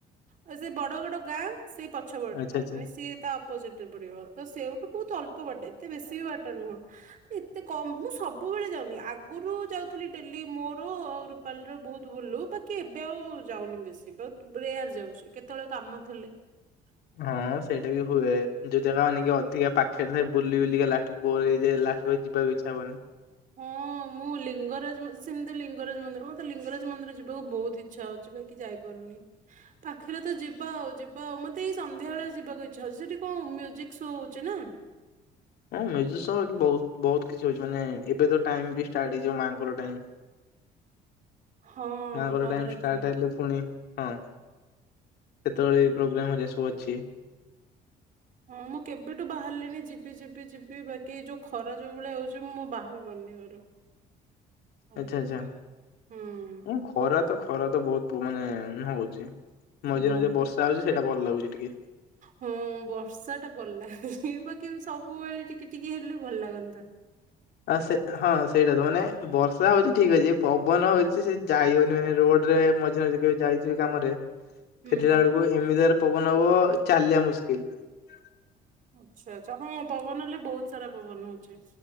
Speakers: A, on the right; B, on the left.
A: ଆଉ ସେ ବଡ ବଡ ଗାଁ? ସେଇ ପଛ ପଟ
B: ଆଚ୍ଛା
A: ଟା,
B: ଆଚ୍ଛା।
A: ମାନେ ସିଏ ତା ଅପୋଜିଟ ରେ ପଡିବ ତ ସେଉ ବହୁତ ଅଳ୍ପ ବାଟ ଏତେ ବେଶୀ ବି ବାଟ ନୁହଁ ଏତେ କମ ମୁଁ ସବୁବେଳେ ଯାଉନି ଆଗରୁ ଯାଉଥିଲି ଡେଲି ମୋର ଆଉ ରୁପାଲି ର ବହୁତ ବୁଲୁ ବାକି ଏବେ ଆଉ ଯାଉନି ବେଶୀ ବ ବେୟାର ଯାଉଛି କେତେବେଳେ କାମ ଥିଲେ।
B: ହଁ ସେଇଟା ବି ହୁଏ ଯୋଉ ଜାଗା ମାନେ କି ଅଧିକା ପାଖରେ ବୁଲି ବୁଲିକା ଲାଷ୍ଟ କୁ ବୋର ହେଇଯାଏ ଲାଷ୍ଟ କୁ ଯିବାକୁ ଇଚ୍ଛା ହବନି।
A: ହଁ ମୁଁ ଲିଙ୍ଗରାଜ ସେମିତି ଲିଙ୍ଗରାଜ ମନ୍ଦିର ମତେ ଲିଙ୍ଗରାଜ ମନ୍ଦିର ଯିବାକୁ ବହୁତ ଇଚ୍ଛା ହଉଚି ବାକି ଯାଇପାରୁନି, ପାଖରେ ତ ଯିବା ଆଉ ଯିବା ଆଉ ମତେ ଏଇ ସନ୍ଧ୍ୟା ବଳେ ଯିବାକୁ ଇଚ୍ଛା ହଉଚି। ସେଠି କଣ ମ୍ୟୁଜିକ ଶୋ ହଉଚି ନା?
B: ହଁ ମ୍ୟୁଜିକ ଶୋ ବାକି ବହୁତ ବହୁତ କିଛି ହଉଛି ମାନେ ଏବେ ତ ଟାଇମ ବି ଷ୍ଟାର୍ଟ ହେଇଯିବ ମାଙ୍କର ଟାଇମ
A: ହଁ
B: ମାଙ୍କର
A: ନବରାତ୍ରି
B: ଟାଇମ ଷ୍ଟାର୍ଟ ହେଲେ ପୁଣି ହଁ ସେତେବେଳେ
A: ହୁଁ।
B: ପ୍ରୋଗ୍ରାମ ହୁଏ <inaudible> ଛି
A: ହଁ ମୁଁ କେବେଠୁ ବାହାରିଲିଣି ଯିବି ଯିବି ଯିବି ବାକି ଯୋଉ ଖରା ଯୋଉ ଭଳିଆ ହଉଛି ମୁଁ ବାହାରିପାରୁନି ଘରୁ ଆଉ
B: ଆଚ୍ଛା ଆଚ୍ଛା
A: ହୁଁ
B: ମୁଁ ଖରା ତ ଖରା ତ ବହୁତ ମାନେ ହ ହଉଛି। ମଝିରେ
A: ବହୁତ
B: ମଝିରେ ବର୍ଷା ହଉଛି ସେଇଟା ଭଲ ଲାଗୁଛି ଟିକେ।
A: ହଁ ବର୍ଷା ଟା ଭଲ ଲାଗୁଛି ବାକି ସବୁବେଳେ ଟିକେ ଟିକେ ହେଲେ ଭଲ ଲାଗନ୍ତା।
B: ଆ ସେ ହଁ ସେଇଟା ତ ମାନେ ବର୍ଷା ହଉଛି ଠିକ ଅଛି ପବନ ହଉଛି ସେ ଯାଇ ହଉନି ମାନେ ରୋଡ ରେ ମଝି ମଝି କେବେ ଯାଇଥିବେ କାମ ରେ
A: ହୁଁ
B: ଫେରିଲା ବେଳକୁ ଏମିତିରେ ପବନ ହବ ଚାଲିବା ମୁସ୍କିଲ <inaudible>
A: ଆଚ୍ଛା ଆଚ୍ଛା ହଁ ପବନ ହେଲେ ବହୁତ ସାରା ପବନ ହଉଛି।